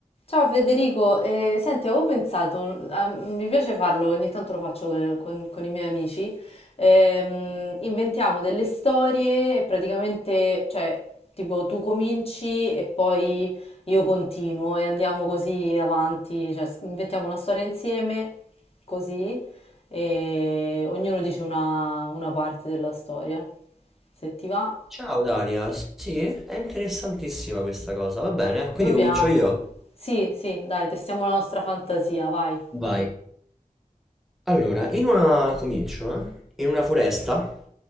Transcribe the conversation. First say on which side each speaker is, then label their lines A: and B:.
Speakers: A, on the left; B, in the centre.
A: Ciao Federico, eh, senti, avevo pensato, a- mi piace farlo, ogni tanto lo faccio con, con- con i miei amici, ehm, inventiamo delle storie e praticamente, cioè, tipo tu cominci e poi io continuo e andiamo così avanti, cioè s- inventiamo una storia insieme, così, e ognuno dice una, una parte della storia. Se ti va,
B: Ciao Daria, sì, è interessantissima questa cosa, va bene? Quindi
A: proviamo.
B: comincio io.
A: Sì, sì, dai, testiamo la nostra fantasia, vai.
B: Vai. Allora, in una... comincio, eh? In una foresta,